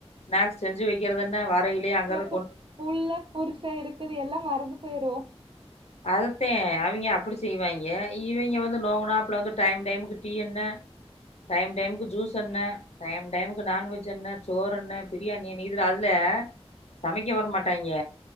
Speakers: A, on the left (about 80°); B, on the right (about 55°).
A: ஸ்நாக்ஸ் செஞ்சு வெக்கிறதென்ன வரைலயே அங்கரு
B: கு புள்ள புருசே இருக்கற்து எல்லா மறந்து போய்ரு
A: அதத்தே அவிங்க அப்பிடி செய்வாய்ங்க இவிங்க வந்து நோகுனாப்ல வந்து டைம் டைமுக்கு டீ என்ன டைம் டைமுக்கு ஜூஸ் என்ன டைம் டைமுக்கு நான்வெஜ் என்ன சோறென்ன பிரியாணி என்ன இதுல அதுல சமைக்க வர மாட் டாய்ங்க